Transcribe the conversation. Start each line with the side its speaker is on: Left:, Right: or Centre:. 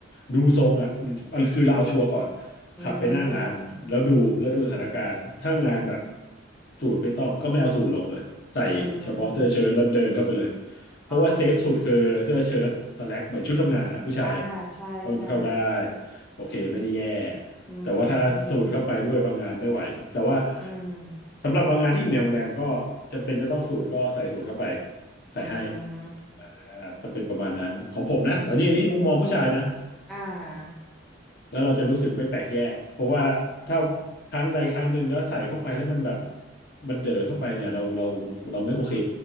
Left: ดูทรงอ่ะเอาคือเราเอาชัวร์ก่อน
Centre: อื
Left: ขับไปหน้างานแล้วดูแล้วดูสถานการณ์ถ้างานแบบ
Centre: ม
Left: สูทไม่ต้องก็ไม่เอาสูทลงเลยใส่เฉพาะเสื้อเชิ้ตแล้วเดินเข้าไปเลย
Centre: อืม
Left: เพราะว่าเซฟสุดคือเสื้อเชิ้ตสแล็กเหมือนชุดทำงานนะผู้ชาย
Centre: อ๋ออ่าใช่ใช่
Left: เข้าเข้าได้โอเคไม่ได้แย่
Centre: อื
Left: แต่ว่าถ้าสูดเข้าไปด้วยบางงานไม่ไหวแต่ว่า
Centre: มอืม
Left: สำหรับบางงานที่อยู่ในโรงแรมก็จำเป็นจะต้องสูดก็ใส่สูดเข้าไปใส่ให้
Centre: อืม
Left: อ่าถ้าเป็นประมาณนั้นของผมนะตอนนี้อันนี้มุมมองผู้ชายนะ
Centre: อ่า
Left: แล้วเราจะรู้สึกไม่แปลกแยกเพราะว่าถ้าครั้งใดครั้งหนึ่งแล้วใส่เข้าไปแล้วมันแบบมันเด๋อเข้าไปเนี่ยเราเราเราไม่โอเค